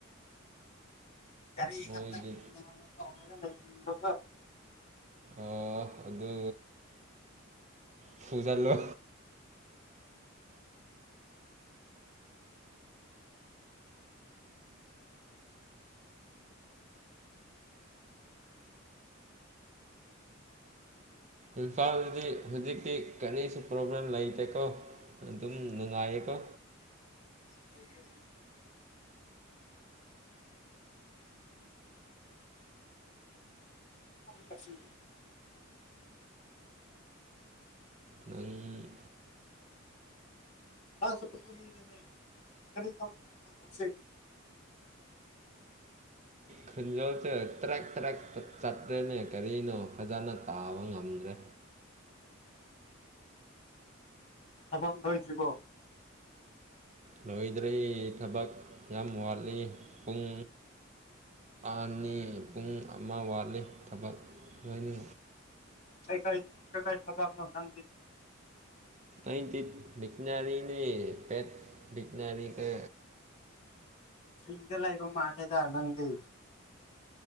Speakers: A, on the left; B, on the right.
A: ꯌꯥꯔꯤ
B: ꯃꯣꯏꯗꯤ
A: ꯈ ꯂꯩ ꯂ
B: ꯑꯗꯨ ꯐꯨꯖꯥ ꯂꯣ ꯏꯝꯐꯥꯜꯗꯤ ꯍꯧꯖꯤꯛꯇꯤ ꯀꯔꯤꯁꯨ ꯄ꯭ꯔꯣꯕ꯭ꯂꯦꯝ ꯂꯩꯇꯦꯀꯣ ꯑꯗꯨꯝ ꯅꯉꯑꯀꯣ
A: ꯁꯥꯏꯀꯦꯜ ꯀꯁꯤ
B: ꯅꯪ
A: ꯑ ꯁꯄꯔꯤꯅꯦ ꯀ ꯍꯧ
B: ꯈꯨꯟꯖꯣꯜꯁꯦ ꯇ꯭ꯔꯦꯛ ꯇ꯭ꯔꯦꯛ ꯆꯠꯇ꯭ꯔꯦꯅꯦ ꯀꯔꯤꯅꯣ ꯐꯖꯅ ꯇꯥꯕ ꯉꯝꯗ꯭ꯔꯦ
A: ꯑꯕꯗ ꯍ ꯊꯔꯤꯕꯣ
B: ꯂꯣꯏꯗ꯭ꯔꯦ ꯊꯕꯛ ꯌꯥꯝ ꯋꯥꯠꯂꯤ ꯄꯨꯡ ꯑꯅꯤ ꯄꯨꯡ ꯑꯃ ꯋꯥꯠꯂꯤ ꯊꯕꯛ ꯂꯣꯏꯅ
A: ꯀꯩꯀꯥꯏ ꯀꯀꯥꯏ ꯊꯕꯥꯅ ꯅ
B: ꯑ ꯊ ꯛꯅꯔꯤꯅꯤ ꯄꯦꯠ ꯖꯅꯔꯤ ꯀ
A: ꯐ꯭ꯔꯤꯗ ꯂꯩꯕ ꯃꯥꯜꯂꯦꯗ ꯅꯪꯗꯤ